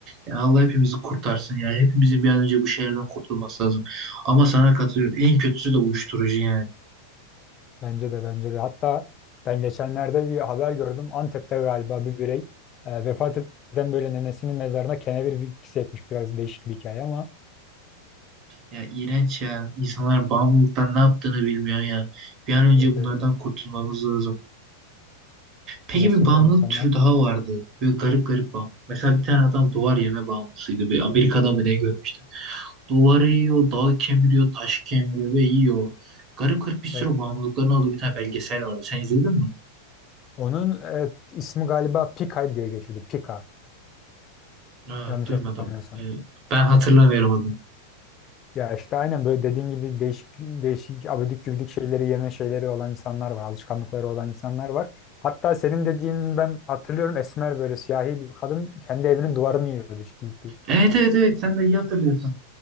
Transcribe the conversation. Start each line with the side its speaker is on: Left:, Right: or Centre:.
Right: ya Allah hepimizi kurtarsın ya hepimizin bir an önce bu şehirden kurtulması lazım ama sana katılıyorum en kötüsü de uyuşturucu yani.
Left: Bence de bence de. Hatta ben geçenlerde bir haber gördüm. Antep'te galiba bir birey e, vefat eden böyle nenesinin mezarına kenevir bitkisi ekmiş. Biraz değişik bir hikaye ama
Right: Ya iğrenç ya. İnsanlar bağımlılıktan ne yaptığını bilmiyor ya. Bir an önce
Left: evet
Right: bunlardan
Left: evet.
Right: kurtulmamız lazım. Peki
Left: Gerçekten
Right: bir bağımlılık
Left: insanlar.
Right: türü daha vardı. Böyle garip garip bağımlı. Mesela bir tane adam duvar yeme bağımlısıydı. Böyle Amerika'da mı ne görmüştüm. Duvarı yiyor, dağ kemiriyor, taş kemiriyor ve yiyor. Garip garip bir sürü
Left: Evet,
Right: bağımlılıkların
Left: evet.
Right: olduğu bir tane belgesel vardı. Sen izledin mi?
Left: Onun e, ismi galiba Pika diye geçiyordu. Pika.
Right: Aa,
Left: Yanlış
Right: duymadım.
Left: hatırlamıyorsam.
Right: Ee, ben hatırlamıyorum adını.
Left: Ya işte aynen böyle dediğin gibi değişik değişik abidik gübidik şeyleri yeme şeyleri olan insanlar var. Alışkanlıkları olan insanlar var. Hatta senin dediğin ben hatırlıyorum esmer böyle siyahi bir kadın kendi evinin duvarını yiyordu ciddi ciddi.
Right: Evet evet evet sen de iyi hatırlıyorsun.